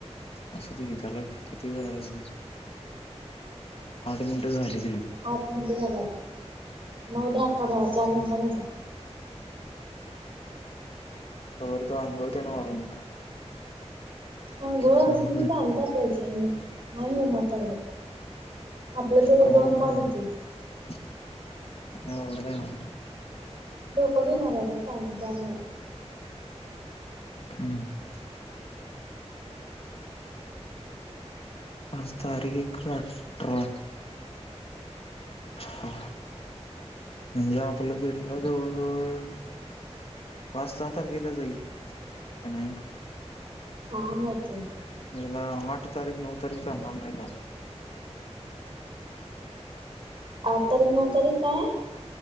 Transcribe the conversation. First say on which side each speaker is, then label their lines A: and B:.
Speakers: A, on the left; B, on the right.
A: असुदे किती वेळ आठ मिनिट झाली?
B: आठ मिनिट झालात नऊ दहा अकरा बारा चार मिनटांन जा
A: त्यावर तर आघळ ते ना आ मग
B: हां अंघोळ
A: काय
B: अजून
A: होत
B: मी
A: नाही
B: पाणी तापवायचे मी नाही होणार तेवढ्यात आपलं तर
A: कवा
B: दोन कॉल होतील
A: <unintelligible>
B: डोकं <unintelligible> पाणी त्यामुळे
A: हम आज तारिख अठरा. ह म्हणजे आपलं भेटन म्हणजे जवळ जवळ. पाच सहा तारखेला जाईल का नाही.
B: हा म ते
A: येला आठ तारीख नऊ तारीख चालणार नाही त्याला
B: आठ तारीख नऊ तारीख काय आहे?